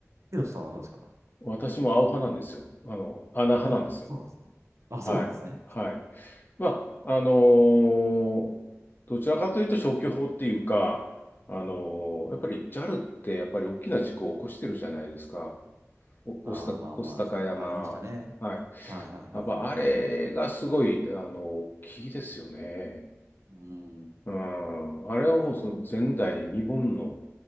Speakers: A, on the right; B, on the left.
A: ヒロトさんはどうですか
B: 私も青派なんですよ。あの、穴派なんですよ。
A: あ、そうなんですね。あ、
B: はい。
A: そうなんですね。
B: はい。まあ、あのーどちらかというと消去法っていうか、あの
A: うん。
B: ーやっぱり JAL ってやっぱり大きな事故を起こしてるじゃないですか。お、御巣た、
A: ああ、まあまあ、
B: 御巣鷹山。
A: ありましたね。
B: はい。
A: はいはいはいはいはいはい。
B: やっぱあれがすごい、
A: う
B: あの、大きいですよね。
A: ーん、
B: うん。あれはもうその前代未聞の
A: なるほど。